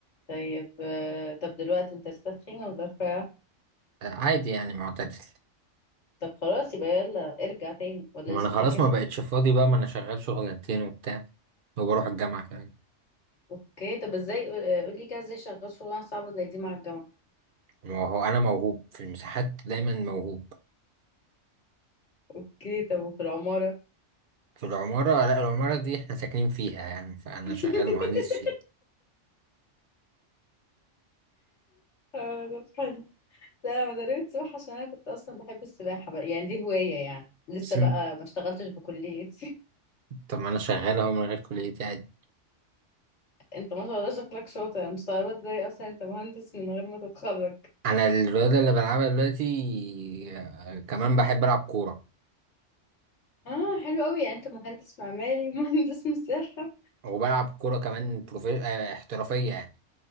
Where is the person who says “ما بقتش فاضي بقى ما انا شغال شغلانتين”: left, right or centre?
Right